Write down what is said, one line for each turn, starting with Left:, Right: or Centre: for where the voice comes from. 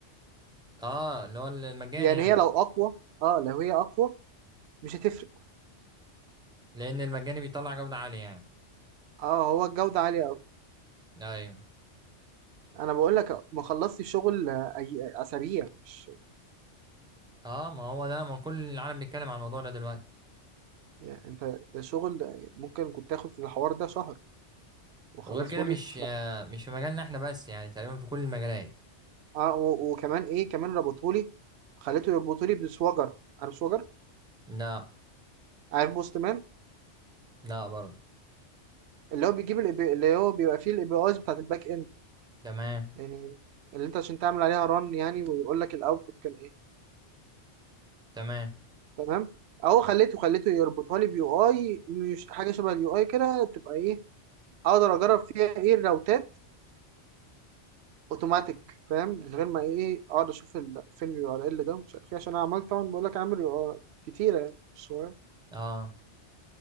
Centre: اه اللي هو المجاني
Right: يعني
Centre: يعني
Right: هي لو اقوى اه لو هي اقوى مش هتفرق
Centre: لان المجاني بيطلع جودة عالية يعني
Right: اه هو الجودة عالية قوي
Centre: ايوه
Right: انا بقول لك ما خلصتش شغل آه، أي اسابيع مش
Centre: اه ما هو ده ما كل العالم بيتكلم عن الموضوع ده دلوقتي
Right: يعني انت ده شغل آه، ممكن كنت تاخد في الحوار ده شهر وخلصه
Centre: وغير كده مش
Right: لي في
Centre: آه مش في مجالنا احنا بس يعني تقريبا في كل المجالات
Right: اه و... وكمان ايه كمان ربطوا لي خليته يربطوا لي بسوجر عارف سوجر
Centre: لا
Right: عارف بوستمان
Centre: لا برضه
Right: اللي هو بيجيب ال API اللي هو بيبقى فيه الاي بي ايز بتاعت الباك اند
Centre: تمام
Right: يعني اللي انت عشان تعمل عليها ران يعني ويقول لك الاوتبوت كان ايه
Centre: تمام
Right: تمام اهو خليته خليته يربطها لي بيو اي مش حاجه شبه اليو اي كده تبقى ايه اقدر اجرب فيها ايه الراوتات اوتوماتيك فاهم من غير ما ايه اقعد اشوف ال- فين اليو ار ال ده ومش عارف ايه عشان انا عملت طبعا بقول لك عامل يو ار كتيره يعني مش صغير
Centre: اه